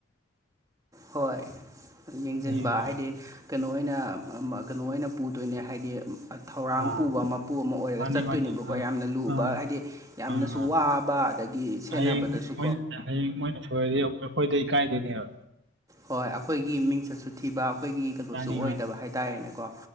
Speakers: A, on the right (about 15°); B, on the right (about 60°).
A: ꯍꯣꯏ ꯌꯦꯡꯁꯤꯟꯕ
B: ꯍꯌꯦꯡ ꯍꯣꯏ
A: ꯍꯥꯏꯗꯤ ꯀꯩꯅꯣ ꯑꯣꯏꯅ ꯀꯩꯅꯣ ꯑꯣꯏꯅ ꯄꯨꯗꯣꯏꯅꯦ ꯍꯥꯏꯗꯤ ꯊꯧꯔꯥꯡ
B: ꯑꯥ
A: ꯄꯨꯕ ꯃꯄꯨ ꯑꯃ ꯑꯣꯏꯔꯒ
B: ꯃꯥꯅꯤ
A: ꯆꯠꯇꯣꯏꯅꯦꯕꯀꯣ
B: ꯃꯥꯅꯤ ꯑꯥ
A: ꯌꯥꯝꯅ ꯂꯨꯕ
B: ꯑꯥ
A: ꯍꯥꯏꯗꯤ ꯌꯥꯝꯅꯁꯨ
B: ꯑꯥ
A: ꯋꯥꯕ ꯑꯗꯒꯤ ꯁꯦꯟꯅꯕꯗꯁꯨ
B: ꯍꯌꯦꯡ ꯃꯣꯏ ꯍꯌꯦꯡ ꯃꯣꯏꯅ ꯁꯣꯏꯔꯗꯤ ꯑꯩꯈꯣꯏꯗ ꯏꯀꯥꯏꯗꯣꯏꯅꯦꯕ
A: ꯍꯣꯏ ꯑꯩꯈꯣꯏꯒꯤ ꯃꯤꯡꯆꯠꯁꯨ ꯊꯤꯕ ꯑꯩꯈꯣꯏꯒꯤ ꯀꯩꯅꯣꯁꯨ
B: ꯃꯥꯅꯤ
A: ꯑꯣꯏꯗꯕ
B: ꯃꯥꯅꯤ
A: ꯍꯥꯏꯇꯥꯔꯦꯅꯦꯀꯣ